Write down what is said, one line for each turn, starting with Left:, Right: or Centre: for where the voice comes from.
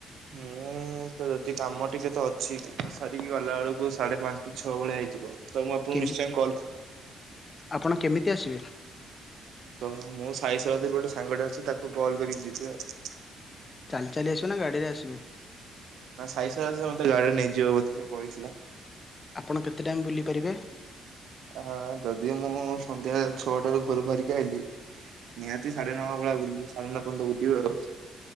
Right: ମୁଁ ତ ଯଦି କାମ ଟିକେ ତ ଅଛି କାମ ସାରିକି ଗଲା ବେଳକୁ ସାଢେ ପାଞ୍ଚ କି ଛଅ ଭଳିଆ ହେଇଯିବ। ତ ମୁଁ ଆପଣଙ୍କୁ
Left: କେମି
Right: ନିଶ୍ଚୟ କଲ୍
Left: ଆପଣ କେମିତି ଆସିବେ?
Right: ତ ମୁଁ ସାଇଶ ଯରେ ଗୋଟେ ସାଙ୍ଗଟେ ଅଛି ତାକୁ କଲ୍ କରିକି ଯିବି ଆଉ।
Left: ଚାଲି ଚାଲି ଆସିବେ ନା ଗାଡ଼ିରେ ଆସିବେ?
Right: ନା ସାଇ ସାରିଲ ମତେ ଗାଡିରେ ନେଇଯିବ ବୋଧେ ସେ କହିଥିଲା।
Left: ଆପଣ କେତେ ଟାଇମ୍ ବୁଲିପାରିବେ?
Right: ଆ ଯଦି ମୁଁ ସନ୍ଧ୍ୟା ଛଅଟାରୁ ଘରୁ ବାହାରିକି ଆଇଲିି ନିହାତି ସାଢେ ନଅ ଭଳିଆ ବୁ ସଢେ ନଅ ପର୍ଯ୍ୟନ୍ତ ବୁଲିବୁ ଆଉ।